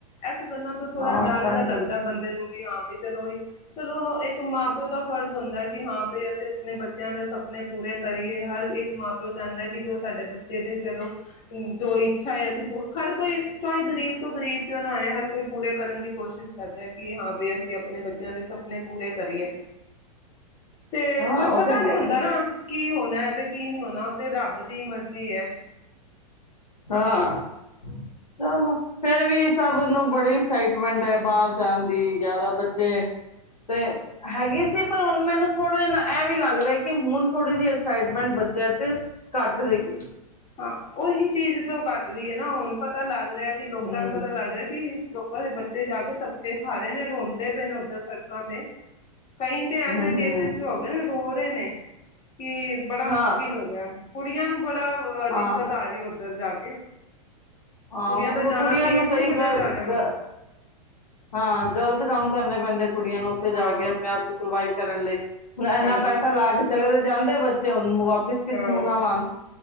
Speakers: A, on the left; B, on the left.
A: ਇਸ ਗੱਲਾਂ ਤੋਂ ਥੋੜ੍ਹਾ
B: ਆਹ
A: ਡਰ
B: ਤਾਂ
A: ਜਿਹਾ ਲੱਗਦਾ ਬੰਦੇ ਨੂੰ ਹਾਂ ਬਾਈ ਚਲੋ ਬਾਈ ਚਲੋ ਇੱਕ ਇੱਕ ਮਾਂ ਪਿਓ ਦਾ ਫਰਜ਼ ਹੁੰਦਾ ਕਿ ਹਾਂ ਬਈ ਅਂ ਆਪਣੇ ਬੱਚਿਆਂ ਦਾ ਸਪਨੇ ਪੂਰੇ ਕਰੀਏ ਹਰ ਇੱਕ ਮਾਂ ਪਿਓ ਚਾਹੁੰਦਾ ਹੈ ਕਿ ਜੋ ਸਾਡੇ ਇਹਦੇ ਚਲੋ ਜੋ ਇੱਛਾ ਏ ਅਸੀ, ਹਰ ਕੋਈ ਚਾਹੇ ਗਰੀਬ ਤੋਂ ਗਰੀਬ ਕਿਉ ਨਾ ਆਏ ਹਰ ਕੋਈ ਪੂਰੇ ਕਰਨ ਦੀ ਕੋਸ਼ਿਸ਼ ਕਰਦਾ। ਕਿ ਹਾਂ ਬਈ ਅਸੀਂ ਆਪਣੇ ਬੱਚਿਆਂ ਦੇ ਸਭ ਆਪਣੇ ਪੂਰੇ ਕਰੀਏ। ਤੇ
B: ਹਾਂ
A: ਪਰ
B: ਉਹ
A: ਪਤਾ
B: ਤੇ
A: ਨੀ
B: ਹੈ
A: ਹੁੰਦਾ
B: ਹੀ ਹੈ
A: ਨਾ, ਕੀ ਹੋਣਾ ਤੇ ਕੀ ਨਹੀਂ ਹੋਣਾ, ਉਹ ਤੇ ਰੱਬ ਦੀ ਮਰਜ਼ ਹੁੰਦੀ ਹੈ,
B: ਹਾਂ ਚੱਲੋ ਫੇਰ ਵੀ ਸਭ ਨੂੰ ਬੜੀ ਐਕਸਾਈਟਮੈਂਟ ਹੈ, ਬਾਹਰ ਜਾਣ ਦੀ ਜ਼ਿਆਦਾ ਬੱਚੇ ਤੇ ਹੈਗੀ ਸੀ, ਪਰ ਹੁਣ ਮੈਨੂੰ ਥੋੜ੍ਹਾ ਜਿਹਾ ਨਾ ਇਹ ਵੀ ਲੱਗ ਰਿਹਾ, ਕਿ ਹੁਣ ਥੋੜ੍ਹੀ ਜਿਹੀ ਐਕਸਾਈਟਮੈਂਟ ਬੱਚਿਆਂ ਚ ਘੱਟ ਰਹੀ ਹੈ।
A: ਹਾਂ, ਉਹੀ ਚੀਜ਼ ਤੋਂ ਘੱਟ ਰਹੀ ਹੈ ਨਾ ਹੁਣ ਪਤਾ ਲੱਗ ਰਿਹਾ ਜੀ ਲੋਕਾਂ
B: ਹੂੰ
A: ਨੂੰ ਪਤਾ ਲੱਗ ਰਿਹਾ ਕੀ ਲੋਕਾਂ ਦੇ ਬੱਚੇ ਜਾ ਕੇ ਧੱਕੇ ਖਾ ਰਹੇ ਨੇ ਰੋਂਦੇ ਪਏ ਨੇ ਉੱਧਰ ਸੜਕਾਂ ਤੇ ਕਈ ਤੇ
B: ਹੂੰ
A: ਐਸੇ
B: ਹੂੰ
A: ਕੇਸਿਸ ਵੀ ਹੋ ਗਏ ਨੇ ਰੋ ਰਹੇ ਨੇ, ਕੀ ਬੜਾ ਮੁਸ਼ਕਿਲ
B: ਹਾਂ
A: ਹੋ ਗਿਆ। ਕੁੜੀਆਂ ਨੂੰ ਬੜਾ ਦਿੱਕਤ
B: ਹਾਂ
A: ਆ ਰਹੀ ਹੈ, ਉੱਧਰ ਜਾ ਕੇ <unintelligible>
B: ਹਾਂ
A: ਕੁੜੀਆਂ ਦਾ ਜਾਣਾ
B: ਕੁੜੀਆਂ
A: ਸੇਫ
B: ਨੂੰ ਕਈ
A: ਨਹੀਂ ਮੰਨਿਆ
B: ਗੱਲ
A: ਜਾ ਰਿਹਾ ਹੁਣ
B: ਦ ਹਾਂ, ਗ਼ਲਤ ਕੰਮ ਕਰਨੇ ਪੈਂਦੇ। ਕੁੜੀਆਂ ਨੂੰ ਉੱਥੇ
A: ਹਾਂ
B: ਜਾ ਕੇ ਆਪਣੇ ਆਪ ਨੂੰ ਸਰਵਾਈਵ ਕਰਨ ਲਈ, ਹੁਣ ਇੰਨਾ
A: ਹਾਂਜੀ
B: ਪੈਸਾ ਲਾ ਕੇ ਚਲੇ ਤਾ ਜਾਂਦੇ ਬੱਚੇ ਹੁ ਵਾਪਿਸ ਕਿਸ
A: ਹਾਂ
B: ਮੂੰਹ ਨਾਲ ਆਣ